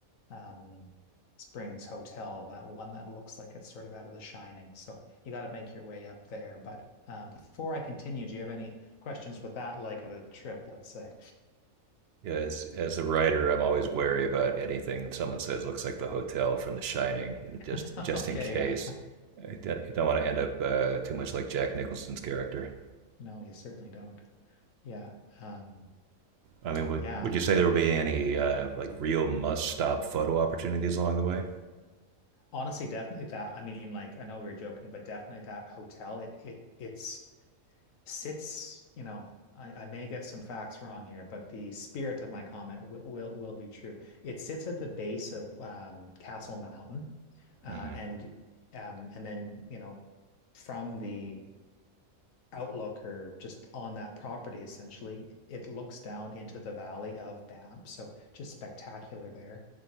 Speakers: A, on the left; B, on the right.
A: um, Springs Hotel, that one that looks like it's sort of out of The Shining. So you got to make your way up there. But uh, before I continue, do you have any questions with that leg of the trip, let's say?
B: Yeah, as, as a writer, I'm always wary about anything someone says looks like the hotel from The Shining, you know,
A: <laughs>
B: just just
A: Okay,
B: in case.
A: yeah.
B: I don't, you don't want to end up uh, too much like Jack Nicholson's character.
A: No, you certainly don't. Yeah. Um,
B: I mean, would
A: yeah.
B: would you say there will be any uh, like real must stop photo opportunities along the way?
A: Honestly, definitely that. I mean, like I know we were joking, but definitely that hotel, it it it's sits, you know, I, I may get some facts wrong here, but the spirit of my comment will will, will be true. It sits at the base of um, Castle Mountain, uh,
B: Mm-hmm.
A: and um, and then you know, from the outlook or just on that property, essentially, it looks down into the valley of Banff. So just spectacular there.